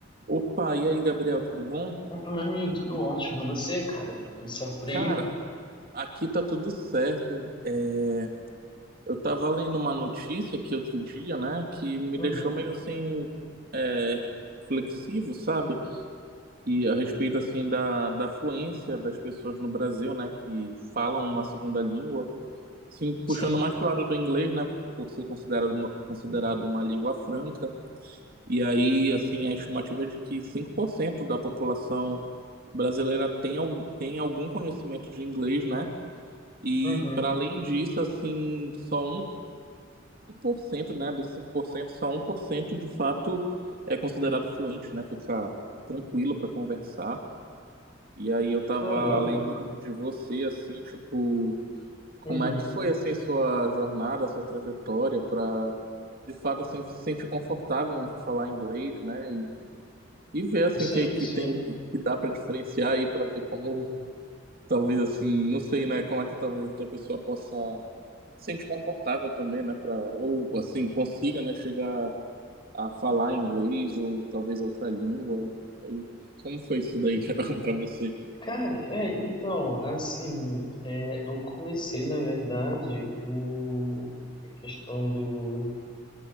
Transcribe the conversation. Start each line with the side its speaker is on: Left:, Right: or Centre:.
Right: Opa, e aí, Gabriel, tudo bom?
Left: Opa, meu amigo, tudo ótimo. E você, cara? Tudo certo por
Right: Cara,
Left: aí?
Right: aqui tá tudo certo. É, eu tava lendo uma notícia aqui outro dia, né, que me
Left: Uhum,
Right: deixou meio assim, é, reflexivo, sabe? E a respeito, assim, da, da fluência das pessoas no Brasil, né, que falam uma segunda língua. Assim,
Left: sim.
Right: puxando mais pro lado do inglês, né, por ser considerado uma, considerado uma língua franca. E aí, assim, a estimativa é de que 5% da população brasileira tem, al- tem algum conhecimento de inglês, né? E
Left: Uhum.
Right: para além disso, assim, só um por cento né, desses 5% só um por cento de fato é considerado fluente, né? Fica tranquilo para conversar. E aí eu tava
Left: Caramba.
Right: lembrando de você, assim, tipo, como
Left: Uhum.
Right: é que foi assim sua jornada, sua trajetória para de fato assim se sentir confortável em falar inglês, né? E, e ver assim
Left: Sim,
Right: que que
Left: sim.
Right: tem que dá para diferenciar aí para ver como Talvez assim, não sei, né, como é que talvez outra pessoa possa se sentir confortável também, né, para ou assim consiga, né, chegar a falar inglês ou talvez outra língua. Aí, como foi isso daí, <laughs> Geraldo, para você?
Left: Cara, é, então, assim, é, eu comecei, na verdade, o, a questão do,